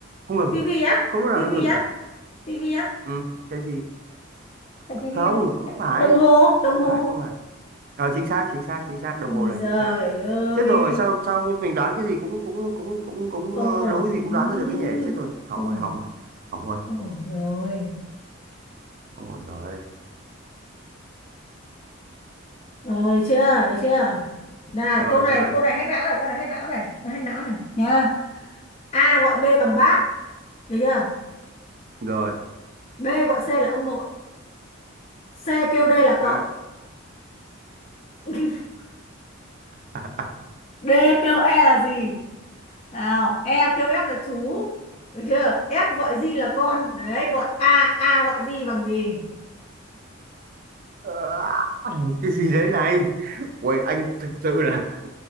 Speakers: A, on the right; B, on the left.
A: không ngừng
B: tivi á
A: không lúc nào
B: tivi
A: nó ngừng cả
B: á tivi á
A: ừ, cái gì
B: phải
A: không
B: tivi không
A: không phải
B: đồng hồ đồng
A: không
B: hồ
A: phải không phải ờ, chính xác chính xác chính xác đồng
B: ui
A: hồ là
B: giời
A: chính xác
B: ơi
A: chết rồi sao sao mình đoán cái gì cũng cũng cũng cũng cũng
B: không
A: ờ,
B: ổn
A: đố cái gì
B: Ừm,
A: cũng đoán ra được cái nhỉ chết rồi hỏng
B: không
A: rồi
B: ổn
A: hỏng rồi hỏng rồi
B: không ổn rồi
A: hỏng rồi rồi
B: Ờ, được chưa được chưa này
A: rồi
B: câu này
A: chơi
B: câu này hack não này câu này hack não này nó hack não này nha A gọi B bằng bác được chưa
A: rồi
B: B gọi C là ông nội C kêu D là
A: à,
B: cậu <laughs>
A: <laughs> à,
B: D kêu E là gì nào E kêu F là chú được chưa F gọi G là con đấy gọi A A gọi G bằng gì
A: à, à, cái gì đấy này Uầy, anh thực sự là